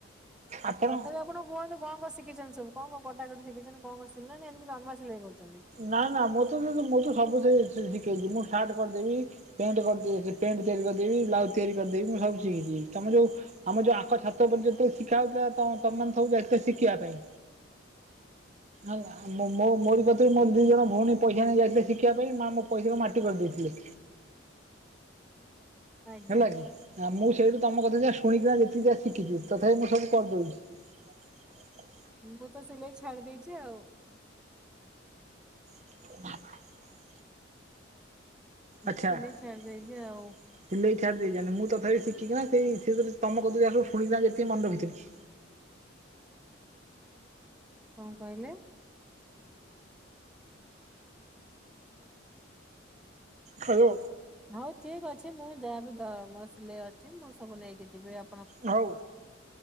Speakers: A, on the right; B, in the centre.
A: ଆପଣ
B: ତଥାପି ଆପଣ କୁହନ୍ତୁ କଣ କଣ ଶି ଶିକିଚନ୍ତି ସବୁ କଣ କଣ କଟା କଟି ଶିକିଚନ୍ତି କଣ କଣ ସିଲା ନା ନର୍ମାଲ ସିଲେଇ କରୁଛନ୍ତି?
A: ନା ନା ମୁଁ-ତ-ମୁଁ-ତ ସବୁ ସେଇ-ସି କିଚି ମୁଁ ସାର୍ଟ କରିଦେବି ପେଣ୍ଟ କରି ପଣ୍ଟ ତିଆରି କରିଦେବି ବ୍ଲାଉଜ ତିଆରି କରିଦେବି ମୁଁ ସବୁ ଶିକିଚି ତମେ ଯୋଉ ଆମର ଯୋଉ ଆଙ୍କ ଛାତ ଉପରେ ଯେତେବେଳେ ଶିକା ହଉଥିଲା ତ ତମମାନେ ସବୁ ଯାଇଥିଲ ଶିକିବା ପାଇଁ। ଆଜ୍ଞା ମୋ-ମୋ-ମୋରି କ ମୋର ଦି ଜଣ ଭଉଣୀ ପଇସା ନେଇ ଯାଇଥିଲେ ଶିକିବା ପାଇଁ ମା ମୋ ପଇସାକୁ ମାଟି କରିଦେଇଥିଲେ।
B: ଆଜ୍ଞା
A: ହେଲା କି ମୁଁ ସେଇଠୁ। ତମ କତୁରୁ ଯାହା ଶୁଣିକିନା ଯେତିକି ଯାହା ଶିକିଚି ତଥାପି ମୁଁ ସବୁ କରଦେଉଚି।
B: ମୁଁ ସିଲେଇ ଛାଡି ଦେଇେଚି ଆଉ।
A: <unintelligible> ଆଛା
B: ସିଲେଇ ଛାଡି
A: ସିଲେଇ
B: ଦେଇଛି ଆଉ।
A: ଛାଡି ଦେଇଚନ୍ତି ମୁଁ ତଥାପି ଶିଖିକିନା ସେଇ ସେଇତିରେ ତମ କତୁରୁ ଯାହା ସବୁ ଶୁଣିକିନା ଯେତିକି ମନ ରକିଥିଲି।
B: କଣ କଇଲେ?
A: ହାଲୋ।
B: ହଉ ଠିକ ଅଛି ମୁଁ ଯାହାବି ଦ ମୋର ସିଲେଇ ଅଛି ମୁଁ ସବୁ ନେଇକି ଯିବି ଆ
A: ହଉ